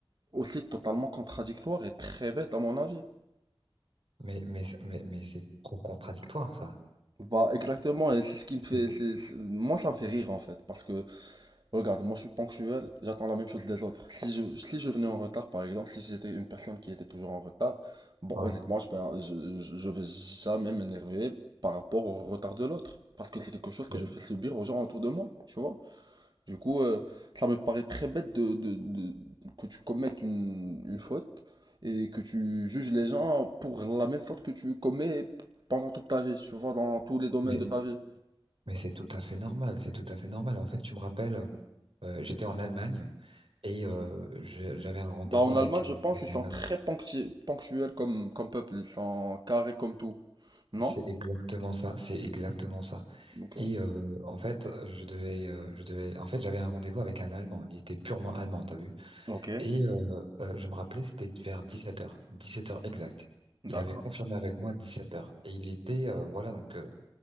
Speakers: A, on the right (about 50°); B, on the right (about 70°).
A: aussi totalement contradictoire et très bête à mon avis.
B: Mais mais mais mais c'est trop contradictoire ça.
A: Bah exactement, et c'est ce qui me fait,
B: C'est-
A: c'est- c'est- moi ça me fait rire en fait, parce que Regarde, moi je suis ponctuel, j'attends la même chose des autres. Si je, si je venais en retard, par exemple, si j'étais une personne qui était toujours en retard, bon,
B: Ouais.
A: honnêtement, je vais, je, je- je vais jamais m'énerver par rapport au retard de l'autre. Parce que c'est quelque chose
B: Mais,
A: que je fais subir aux gens autour de moi, tu vois. Du coup, euh, ça me paraît très bête de, de- de- que tu commettes une, une faute et que tu juges les gens pour la même faute que tu commets pendant toute ta vie, tu vois, dans tous les domaines
B: mais
A: de ta vie.
B: Mais c'est tout à fait normal, c'est tout à fait normal. En fait, tu me rappelles, euh, j'étais en Allemagne et euh, je- j'avais un rendez-vous
A: Bah en
B: avec
A: Allemagne, je pense ils sont
B: un
A: très
B: Allemand.
A: ponctu- ponctuels comme, comme peuple, ils sont carrés comme tout. Non?
B: C'est exactement ça, c'est exactement ça.
A: Ok.
B: Et euh, en fait, je devais, euh, je devais, en fait, j'avais un rendez-vous avec un Allemand. Il était purement allemand, t'as vu?
A: Ok.
B: Et euh, euh, je me rappelais, c'était vers 17h, 17 heures exact.
A: D'accord.
B: Il avait confirmé avec moi 17 heures. et il était, euh, voilà, donc euh,